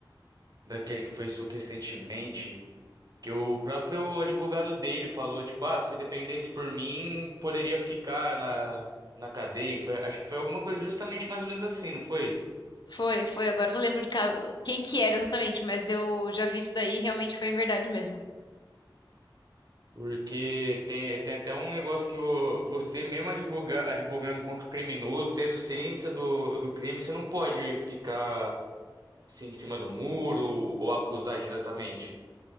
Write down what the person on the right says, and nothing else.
daquele que foi solto recentemente, que o próprio advogado dele falou, tipo, ah, se dependesse por mim, poderia ficar na, na cadeia. E Foi, acho que foi alguma coisa justamente mais ou menos assim, não foi?
Porque tem, tem até um negócio que o, você mesmo advoga, advogando contra o criminoso, tendo ciência do, do crime, você não pode ficar. se em cima do muro ou acusar diretamente.